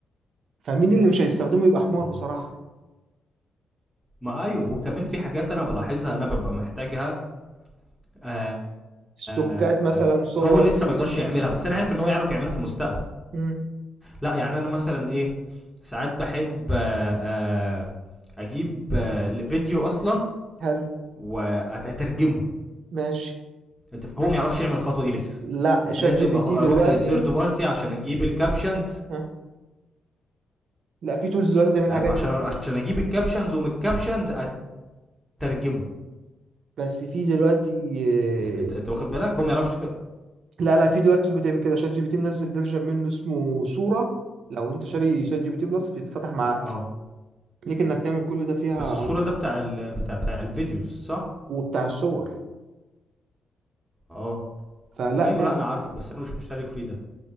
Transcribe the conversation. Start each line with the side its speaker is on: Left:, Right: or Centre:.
Right: فمين اللي مش هيستخدمه يبقى حمار
Centre: اه
Right: بصراحه
Centre: ما ايوه وكمان في حاجات انا بلاحظها انا ببقى محتاجها آه
Right: ستوكات
Centre: آه
Right: مثلا صور
Centre: هو لسه ما يقدرش يعملها بس انا عارف ان هو يعرف يعملها في المستقبل
Right: امم
Centre: لا يعني انا مثلا ايه ساعات بحب آه، آه، اجيب آه، فيديو اصلا
Right: هل
Centre: واترجمه
Right: ماشي
Centre: انت ف- هو ما يعرفش يعمل الخطوه دي لسه
Right: لا شات
Centre: لازم
Right: جي بي تي
Centre: أخ- اروح
Right: دلوقتي
Centre: لسيرد بارتي عشان اجيب الكابشنز
Right: ها لا في تولز دلوقتي بتعمل الحاجات
Centre: أب- عشان
Right: دي
Centre: عشان اجيب الكابشنز ومن الكابشنز اترجمه
Right: بس في دلوقتي آه،
Centre: انت انت واخد بالك هو ما يعرفش
Right: لا لا في دلوقتي tool بتعمل كده شات جي بي تي منزل فيرجن منه اسمه صوره لو انت شاري شات جي بي تي بلس بيتفتح معاك
Centre: اه
Right: ليك انك تعمل كل ده فيها
Centre: بس الصوره
Right: على طول
Centre: ده بتاع ال... بتاع بتاع الفيديوز صح
Right: وبتاع الصور
Centre: اه
Right: فلا
Centre: ايوه
Right: جامد
Centre: لا انا عارفه بس انا مش مشترك فيه ده